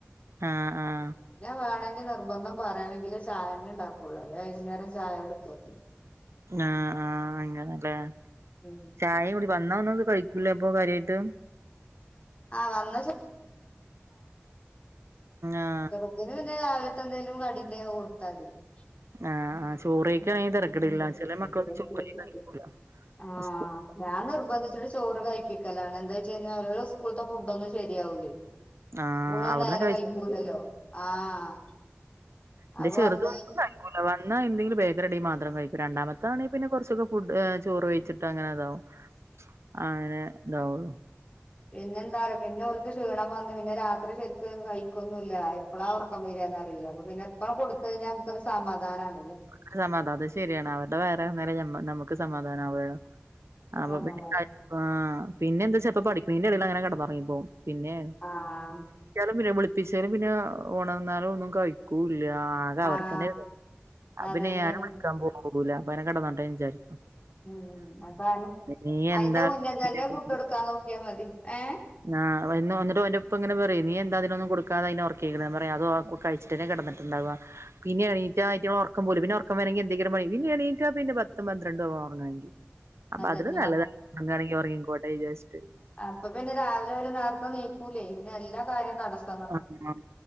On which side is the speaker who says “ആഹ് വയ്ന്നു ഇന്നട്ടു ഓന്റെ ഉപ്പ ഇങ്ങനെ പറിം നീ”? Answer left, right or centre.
Right